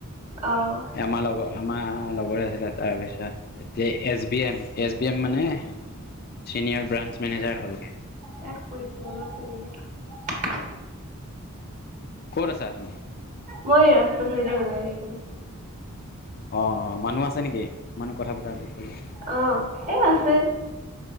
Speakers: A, on the right; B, on the left.
A: অ',
B: আমাৰ লগৰ আমাৰ লগৰে আছিলে, তাৰপিছত এতিয়া S B M, S B M মানে চিনিয়ৰ ব্ৰাঞ্চ মেনেজাৰ হ'ল গে।
A: তাক কৰিছোঁ অলপ ৰখ
B: ক'ত আছা তুমি?
A: মই এই ৰাস্তা চাইতে ওলাই আহিছোঁ।
B: অ' অ' মানুহ আছে নেকি? মানুহ কথা পতা দেখে যে
A: অ' এই আছে।